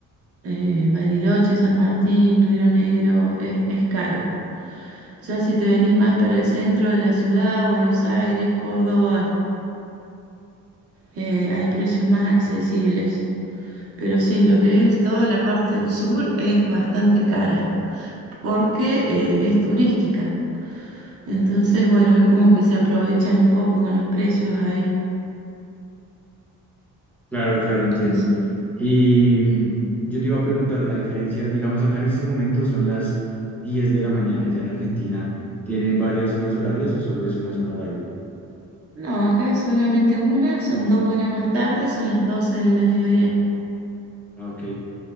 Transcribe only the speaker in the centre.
Claro, claro, entiendo.
Y mm, yo te iba a preguntar la diferencia, digamos, acá en este momento son las 10 de la mañana, ya en Argentina tienen varias zonas horarias o solo es una zona horaria.
Ah, ok.